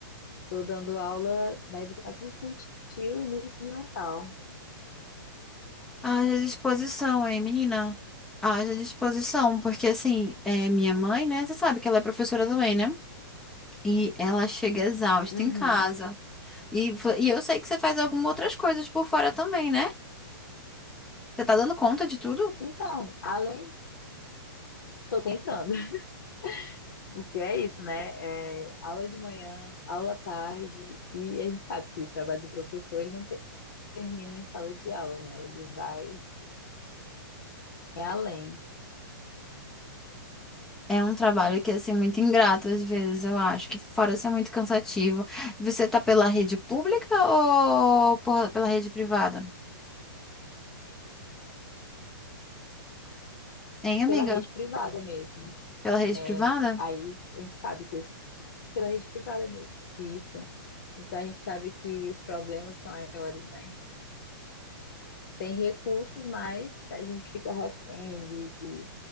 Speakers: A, on the left; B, in the centre.
A: Tô dando aula na educação infantil e no ensino mental.
B: Haja disposição, hein, menina? Haja disposição, porque assim, é minha mãe, né? Você sabe que ela é professora também, né? E ela chega exausta
A: Uhum.
B: em casa. E, fa- e eu sei que você faz algumas outras coisas por fora também, né? Você tá dando conta de tudo?
A: Então, além, tô tentando, <laughs> porque é isso, né? É aula de manhã, aula à tarde, e a gente sabe que o trabalho do professor, ele não termina em sala de aula, né? Ele vai É além,
B: É um trabalho que é assim, muito ingrato às vezes, eu acho, que fora ser muito cansativo. Você tá pela rede pública ou por- pela rede privada? Hein, amiga?
A: pela rede privada mesmo.
B: Pela rede
A: É,
B: privada?
A: aí a gente sabe que os, pela rede privada mesmo. Isso. Então a gente sabe que os problemas são maiores, né? Tem recursos, mas a gente fica refém de, de